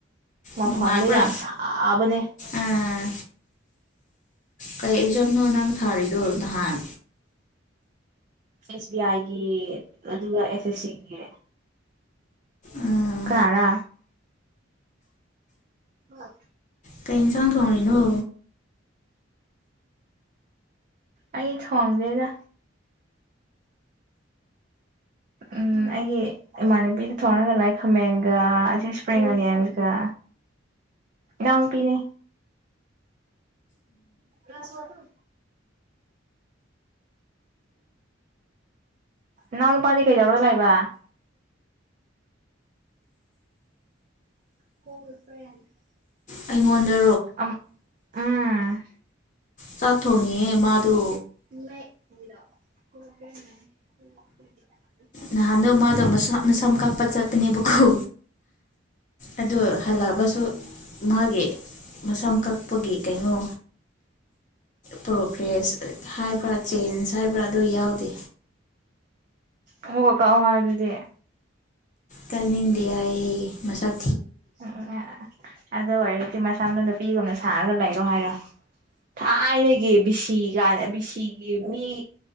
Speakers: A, on the right (about 40°); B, on the left (about 40°).
A: ꯃꯐꯝꯗ
B: ꯅꯨꯡꯉꯥꯏꯕ꯭ꯔꯥ
A: ꯌꯥꯝ ꯁꯥꯕꯅꯦ
B: ꯑꯥ ꯀꯩ ꯑꯦꯛꯖꯝꯅꯣ ꯅꯪ ꯊꯥꯔꯤꯗꯣ ꯅꯍꯥꯟ
A: ꯑꯦꯁ ꯕꯤ ꯑꯥꯏꯒꯤ ꯑꯗꯨꯒ ꯑꯦꯁ ꯑꯦꯁ ꯁꯤꯒꯤ
B: ꯑꯥ
A: ꯀꯥꯅꯔꯥ ꯑꯥ
B: ꯀꯩ ꯌꯦꯟꯁꯥꯡ ꯊꯣꯡꯔꯤꯅꯣ
A: ꯑꯩ ꯊꯣꯡꯗꯦꯗ ꯎꯝ ꯑꯩꯒꯤ ꯏꯃꯥꯟꯅꯕꯤꯗ ꯊꯣꯡꯉꯒ ꯂꯥꯏ ꯈꯥꯃꯦꯟꯒ ꯑꯁꯤ ꯏꯁꯄ꯭ꯔꯤꯡ ꯑꯣꯅꯤꯌꯟꯁꯒ ꯏꯅꯥꯎꯅꯨꯄꯤꯅꯦ ꯒ꯭ꯥꯂꯁ ꯋꯥꯠꯄ꯭ꯔ ꯅꯥꯎꯅꯨꯄꯥꯥꯗꯤ ꯀꯩꯗꯧꯔ ꯂꯩꯕꯥ <unintelligible>
B: ꯑꯩꯉꯣꯟꯗ
A: ꯑꯝ ꯎꯝ
B: ꯆꯥꯛ ꯊꯣꯡꯉꯤꯌꯦ ꯃꯥꯗꯨ
A: <unintelligible>
B: ꯅꯍꯥꯟꯗꯣ ꯃꯥꯗꯣ ꯃꯁ ꯃꯁꯝ ꯀꯛꯄ ꯆꯠꯄꯅꯦꯕꯀꯣ ꯑꯗꯣ ꯍꯜꯂꯒꯁꯨ ꯃꯥꯒꯤ ꯃꯁꯝ ꯀꯛꯄꯒꯤ ꯀꯩꯅꯣ ꯄ꯭ꯔꯣꯒ꯭ꯔꯦꯁ ꯍꯥꯏꯕ꯭ꯔꯥ ꯆꯦꯟꯖ ꯍꯥꯏꯕ꯭ꯔꯥ ꯑꯗꯣ ꯌꯥꯎꯗꯦ
A: ꯑꯃꯨꯒ ꯀꯛꯑꯣ ꯍꯥꯏꯌꯣ ꯑꯗꯨꯗꯤ
B: ꯀꯛꯅꯤꯡꯗꯦ ꯍꯥꯏꯌꯦ ꯃꯁꯝ
A: ꯑ ꯑ ꯑꯦ ꯑꯥ ꯑꯗꯨ ꯑꯣꯏꯔꯗꯤ ꯃꯁꯝꯗꯣ ꯅꯨꯄꯤꯒꯨꯝꯅ ꯁꯥꯔꯒ ꯂꯩ ꯑꯗꯣ ꯍꯥꯏꯔꯣ ꯊꯥꯏꯅꯒꯤ ꯕꯤꯁꯤꯒ ꯀꯥꯟꯗ ꯕꯤꯁꯤꯒꯤ ꯃꯤ